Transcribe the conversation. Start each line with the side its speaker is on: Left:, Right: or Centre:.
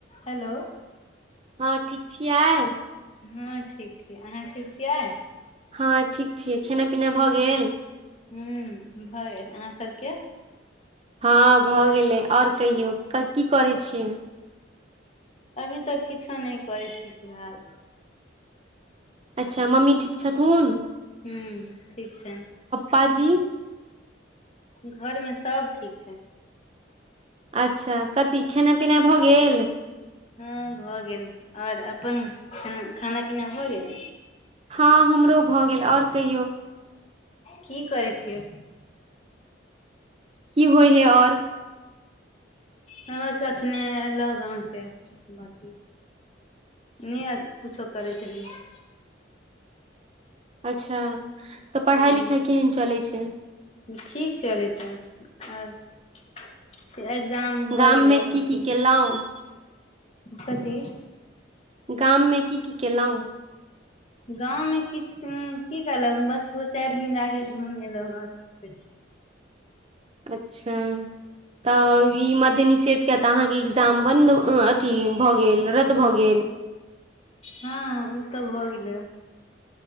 Left: हेलौ
Right: हँ ठीक छियै
Left: हँ ठीक छी अहाँ ठीक छियै
Right: हँ ठीक छियै खेनाय पीनाय भऽ गेल
Left: ह्म भऽ गेल अहाँ सभके
Right: हँ भऽ गेलै आओर कहियौ की करै छियै
Left: अभी तक किछो नइ करै छी फिलहाल
Right: अच्छा मम्मी ठीक छथुन
Left: हूं ठीक छनि
Right: पाजी
Left: घरमे सभ ठीक छै
Right: अच्छा कथी खेनाइ पिनाइ भऽ गेल
Left: हँ भऽ गेल आओर अपन ख खाना पीना होय गेल
Right: हँ हमरो भऽ गेल आओर कहियौ
Left: की करै छियै
Right: की होइ है और
Left: ब सॅं एखने एयलहुँ गाँवसँ बकी नहि कुछो करै छलियै
Right: अच्छा तऽ पढ़ाइ
Left: हूँ
Right: लिखाइ केहन चलै छै
Left: ठीक चलै छे आर एग्जाम हो
Right: गाम
Left: गेलै
Right: मे की
Left: बांकी
Right: की केलहुँ
Left: कथी
Right: गाममे की की केलउं
Left: गाँवमे किछु की करलहु बस दू चारि दिन जा कऽ घुमि एयलहुँ आओर की कर
Right: अच्छा तऽ ई मध्य निषेधके तऽ अहाँके साम्बन्ध अथी भऽ गेल रद्द भऽ गेल
Left: हँ ओ तऽ भऽ गेलै